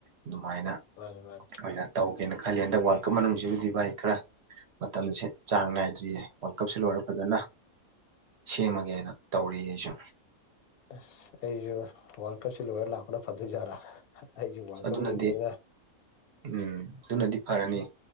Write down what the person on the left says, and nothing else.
ꯃꯥꯅꯤ ꯃꯥꯅꯤ
ꯑꯁ ꯑꯩꯁꯨ ꯋꯥꯔꯜ ꯀꯞꯁꯦ ꯂꯣꯏꯔ ꯂꯥꯛꯄꯅ ꯐꯗꯨꯏ ꯖꯥꯠꯂ ꯑꯩꯁꯨ ꯋꯥꯜ
ꯀꯞ ꯌꯦꯡꯕꯅꯤꯅ